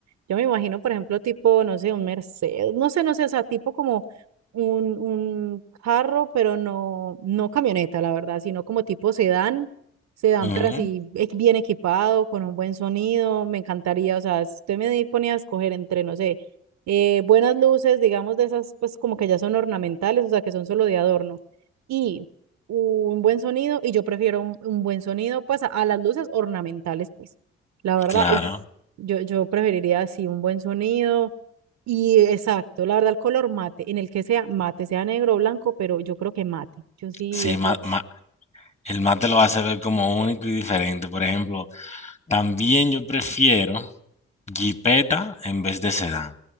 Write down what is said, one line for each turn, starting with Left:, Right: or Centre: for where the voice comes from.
Right: yo me imagino, por ejemplo, tipo, no sé, un Mercedes, no sé, no sé, o sea, tipo como un, un carro, pero no, no camioneta, la verdad, sino como tipo sedán, sedán,
Left: Ujú,
Right: pero así e- bien equipado, con un buen sonido, me encantaría, o sea, si usted me ponía a escoger entre, no sé, eh, buenas luces, digamos, de esas, pues como que ya son ornamentales, o sea, que son solo de adorno, y un buen sonido, y yo prefiero un, un buen sonido, pues, a, a las luces ornamentales, pues, la verdad,
Left: claro.
Right: uff, yo, yo preferiría así un buen sonido, y exacto, la verdad, el color mate, en el que sea mate, sea negro o blanco, pero yo creo que mate, yo sí,
Left: Sí,
Right: eso,
Left: ma- ma- el mate lo hace ver como único y diferente. Por ejemplo, también yo prefiero. Jeepeta en vez de sedán.